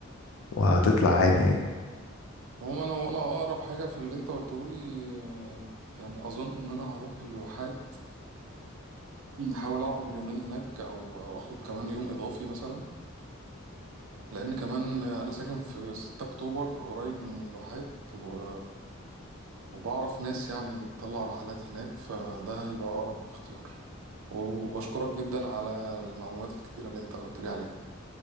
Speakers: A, on the left; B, on the right.
A: وهتطلع عادي يعني
B: عموما انا وانا اقرب حاجه في اللي انت قلته لي آه، يعني اظن ان انا هروح الواحات احاول اقعد اليومين هناك او او اخد كمان يوم اضافي مثلا لان كمان انا ساكن في 6 اكتوبر قريب من الواحات و... وبعرف ناس يعني بتطلع رحلات هناك فده هيبقى اقرب اختيار وبشكرك جدا على المعلومات الكتيره اللي انت قلت لي عليها